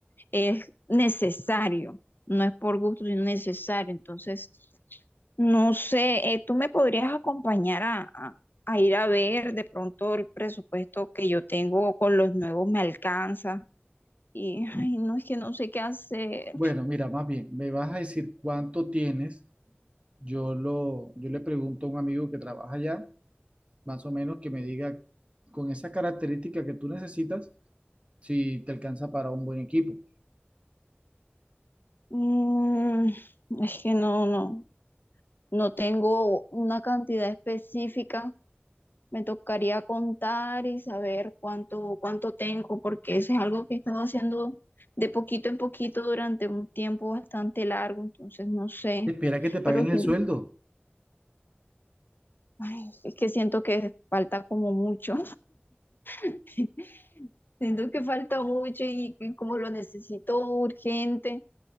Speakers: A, on the left (about 55°); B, on the right (about 30°).
A: es necesario, no es por gusto, sino necesario. Entonces, no sé, eh, tú me podrías acompañar a, a a ir a ver de pronto el presupuesto que yo tengo con los nuevos me alcanza. Y ay, no es que no sé qué hacer.
B: Bueno, mira, más bien, me vas a decir cuánto tienes. Yo lo, yo le pregunto a un amigo que trabaja allá, más o menos, que me diga con esa característica que tú necesitas, si te alcanza para un buen equipo.
A: Mm, es que no, no, no tengo una cantidad específica. Me tocaría contar y saber cuánto, cuánto tengo, porque eso es algo que he estado haciendo de poquito en poquito durante un tiempo bastante largo, entonces no sé.
B: Espera que te
A: Pero
B: paguen
A: sí,
B: el sueldo.
A: ay, es que siento que falta como mucho. <laughs> Siento que falta mucho y, y como lo necesito urgente,